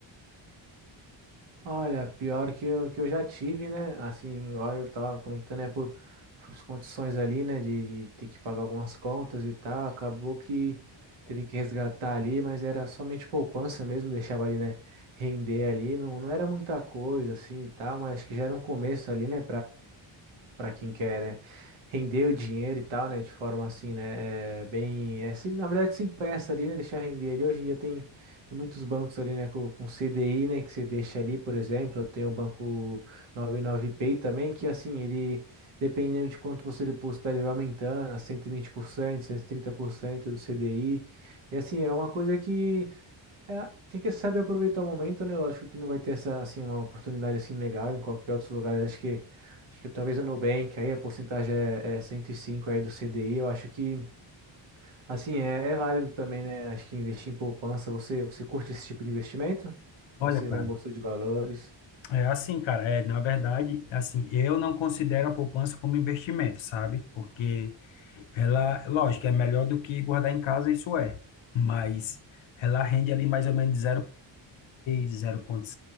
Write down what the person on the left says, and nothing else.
Olha,
cara.
É assim, cara, é, na verdade, assim, eu não considero a poupança como investimento, sabe? Porque ela, lógico, é melhor do que guardar em casa, isso é, mas ela rende ali mais ou menos 0,6,